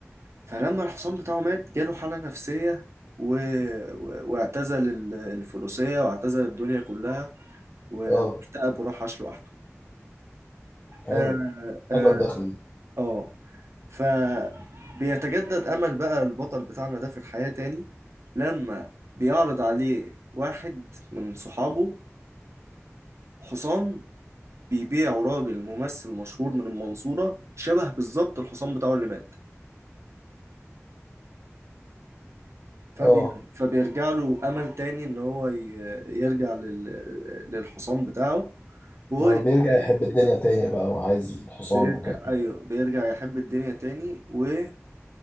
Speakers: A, on the right; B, on the left.
A: فلما الحصان بتاعه مات جاله حالة نفسية و... و... واعتزل ال- الفروسية واعتزل الدنيا كلها و-
B: آه
A: واكتئب وراح عاش لوحده
B: حلو
A: آه آه
B: حلوة الدخلة دي
A: آه. فبيتجدد أمل بقى البطل بتاعنا ده في الحياة تاني لما بيعرض عليه واحد من صحابه حصان بيبيعوا راجل ممثل مشهور من المنصورة شبه بالظبط الحصان بتاعه اللي مات فبي...
B: آه
A: فبيرجع له أمل تاني إن هو ي... يرجع لل... للحصان بتاعه وهو
B: فبيرجع يحب الدنيا تاني بقى وعايز الحصان
A: بيرجع
B: وكده
A: أيوه بيرجع يحب الدنيا تاني وبيسافر